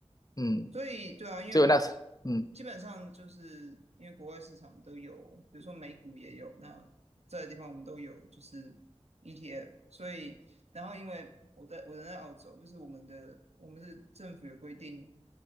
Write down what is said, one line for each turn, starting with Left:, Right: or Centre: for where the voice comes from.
Left: 嗯，
Right: 所以对啊，因为
Left: 所以我那时，嗯，
Right: 基本上就是因为国外市场都有，比如说美股也有，那这个地方我们都有就是 ETF，所以然后因为我在我人在澳洲，就是我们的我们是政府有规定，